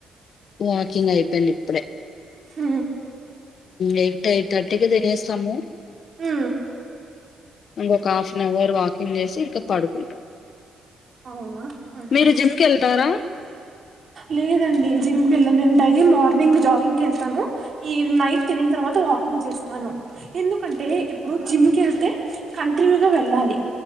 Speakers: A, on the left; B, on the right.
A: వాకింగ్ అయిపోయిందీ ఇప్పుడే
B: హ
A: ఎయిట్ ఎయిట్ర్టీకి దినేస్తాము
B: హ
A: ఇంకొక హాఫ్ అన్ అవర్ వాకింగ్ చేసి ఇంకా పడుకుంటాం
B: అవునా ఉహు
A: మీరు జిమ్ క వెళ్తారా
B: లేదండి జిమ్ క వెళ్ళ ఉంటది మార్నింగ్ జాగింగ్ క వెళ్తాను ఈ నైట్ తిన తర్వాత వాక్ చేస్తాను ఎందుకంటే ఇప్పుడు జిమ్కి వెళ్తే కంటిన్యూగా వెళ్ళాలి